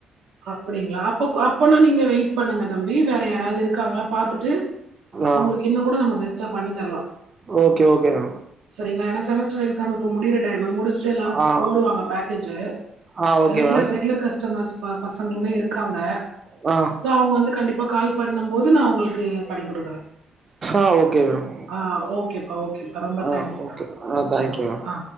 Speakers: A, on the right; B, on the right.
A: அப்டிங்களா அப்ப அப்பனா நீங்க வெயிட் பண்ணுங்க தம்பி வேற யாராவது இருக்காங்ளா பாத்துட்டு
B: ஆ
A: உங்களுக்கு இன்னு கூட நம்ம பெஸ்ட்டா பண்ணி தரலா
B: ஓகே ஓகேங்க
A: சரிங்களா ஏன்னா செமஸ்டர் எக்ஸாமு இப்ப முடியற டைம் முடிச்சுட்டு எல்லாரும்
B: ஆ
A: போடுவாங்க பேக்கேஜு
B: ஆ okay
A: regular
B: ma'am
A: regular customers பசங்களுமே இருக்காங்க
B: ஆ
A: தோ அவுங்க வந்து கண்டிப்பா கால் பண்ணம் போது நா உங்களுக்கு பண்ணி குடுக்குறே
B: ஆ ஓகே மேம்
A: ஆ ஓகேபா ஓகேபா ரொம்ப
B: ஆ
A: தங்க்ஸ்பா
B: ஓகே ஆ தேங்க்யூ
A: தே
B: மேம்
A: ஆ